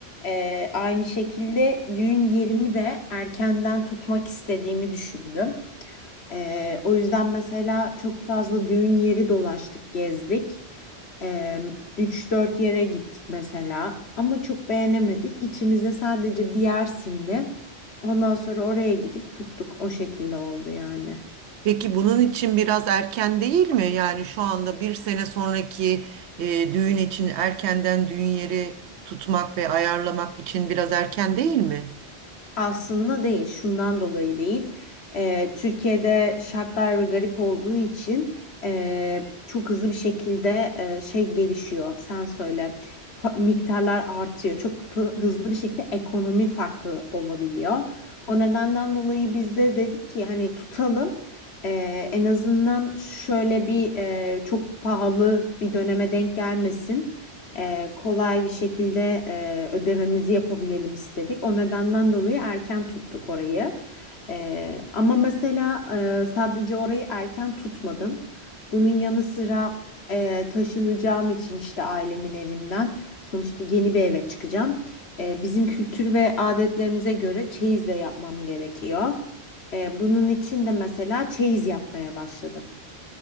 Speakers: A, on the left; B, on the right.
A: e, aynı şekilde düğün yerimi de erkenden tutmak istediğimi düşündüm. Ee, o yüzden mesela çok fazla düğün yeri dolaştık, gezdik. Ee, 3-4 yere gittik mesela ama çok beğenemedik. İçimizde sadece bir yer sindi. Ondan sonra oraya gidip tuttuk. O şekilde oldu yani.
B: Peki bunun için biraz erken değil mi? Yani şu anda bir sene sonraki e, düğün için erkenden düğün yeri tutmak ve ayarlamak için biraz erken değil mi?
A: Aslında değil, şundan dolayı değil. Eee, Türkiye'de şartlar ve garip olduğu için eee, çok hızlı bir şekilde eee, şey gelişiyor. Sen söyle, Pa- miktarlar artıyor. Çok fı- hızlı bir şekilde ekonomi farkı olabiliyor. O nedenden dolayı biz de dedik ki hani tutalım. Eee, en azından şöyle bir eee, çok pahalı bir döneme denk gelmesin e, kolay bir şekilde e, ödememizi yapabilelim istedik. O nedenden dolayı erken tuttuk orayı. E, ama mesela e, sadece orayı erken tutmadım. Bunun yanı sıra e, taşınacağım için işte ailemin evinden sonuçta yeni bir eve çıkacağım. E, bizim kültür ve adetlerimize göre çeyiz de yapmam gerekiyor. E, bunun için de mesela çeyiz yapmaya başladım.